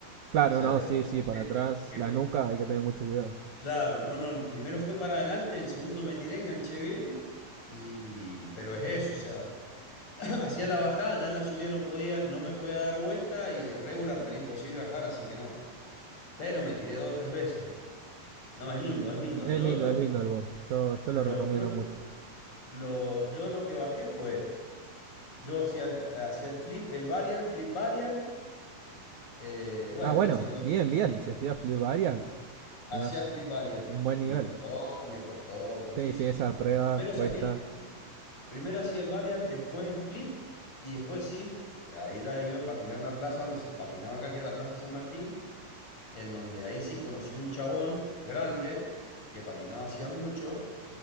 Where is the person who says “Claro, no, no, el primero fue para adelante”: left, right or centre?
Left